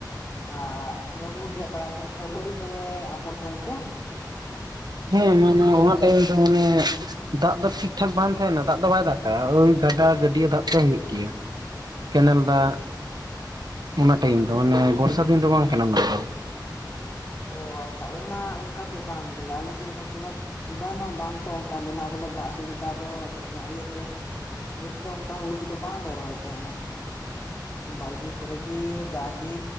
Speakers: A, on the left (about 30°); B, on the right (about 60°).
A: ᱟᱨ ᱱᱚᱣᱟ ᱠᱚᱜᱚ ᱜᱮᱫ ᱵᱟᱲᱟᱭᱮᱫ ᱛᱟᱦᱮᱱ ᱯᱷᱮᱵᱽᱨᱩᱣᱟᱨᱤ ᱠᱚᱨᱮ ᱟᱯᱷᱚᱨ ᱛᱟᱦᱮᱱ ᱠᱚ᱾
B: ᱦᱮᱸ ᱢᱟᱱᱮ ᱚᱱᱟ ᱴᱟᱭᱤᱢ ᱫᱚ ᱢᱟᱱᱮ ᱫᱟᱜ ᱫᱚ ᱴᱷᱤᱠᱴᱷᱟᱠ ᱵᱟᱝ ᱛᱟᱦᱮᱱᱟ ᱫᱟᱜ ᱫᱚ ᱵᱟᱭ ᱫᱟᱜ ᱳᱭ ᱜᱟᱰᱟ ᱜᱟᱹᱰᱭᱟᱹ ᱫᱟᱜ ᱛᱮ ᱦᱩᱭᱩᱜ ᱜᱮᱭᱟ᱾ ᱠᱮᱱᱮᱞ ᱫᱟᱜ
A: ᱚ ᱟᱪᱪᱷᱟ
B: ᱚᱱᱟ ᱴᱟᱭᱤᱢ ᱫᱚ ᱢᱟᱱᱮ ᱵᱚᱨᱥᱟ ᱫᱤᱱ ᱫᱚ ᱵᱟᱝ ᱠᱟᱱᱟ ᱚᱱᱟ ᱫᱚ᱾
A: ᱚ ᱟᱪᱪᱷᱟ ᱚᱱᱟ ᱚᱱᱠᱟ ᱫᱚ ᱵᱟᱝ ᱠᱚ ᱞᱟᱹᱭᱟ ᱟᱞᱮᱥᱮᱫ ᱫᱚ ᱱᱚᱛᱮ ᱫᱚ ᱵᱟᱹᱱᱩᱜ ᱵᱟᱝ ᱛᱚ ᱚᱱᱠᱟ ᱢᱮᱱᱟᱜᱼᱟ ᱵᱚᱞᱮ ᱫᱟᱜ ᱥᱩᱵᱤᱫᱷᱟ ᱫᱚ ᱟᱫᱚ ᱚᱱᱟ ᱤᱭᱟᱹᱛᱮ᱾ ᱱᱚᱛᱮ ᱫᱚ ᱚᱱᱠᱟ ᱦᱩᱲᱩ ᱠᱚᱫᱚ ᱵᱟᱝᱞᱮ ᱨᱚᱦᱚᱭ ᱛᱟᱦᱮᱱᱟ, ᱵᱟᱲᱜᱮ ᱠᱚᱨᱮ ᱜᱤ ᱡᱟᱜᱮ